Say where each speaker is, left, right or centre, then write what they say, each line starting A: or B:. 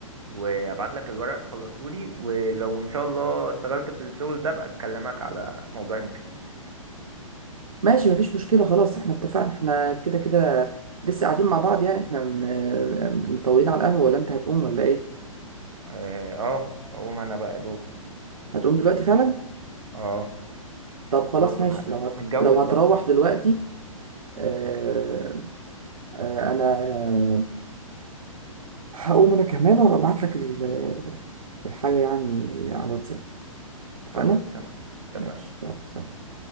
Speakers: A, on the right (about 60°); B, on the right (about 80°).
A: وابعت لك الورق تخلصهولي ولو ان شاء الله اشتغلت في الشغل ده بقى اكلمك على موضوع المكسيك
B: ماشي مفيش مشكلة خلاص احنا اتفقنا احنا كده كده لسه قاعدين مع بعض يعني احنا م- م- مطولين على القهوة ولا انت هتقوم ولا ايه
A: اه آه، هقوم انا بقى يا دوب
B: هتقوم دلوقتي فعلا
A: اه
B: طب خلاص
A: خلاص بقى
B: ماشي لو هت...
A: متجوز
B: لو هتروح
A: بقى
B: دلوقتي اه... اه... انا هقوم انا كمان وابعت لك ال... الحاجة يعني على الواتساب اتفقنا
A: خلاص تمام
B: ماشي
A: اتفقنا
B: يلا سلام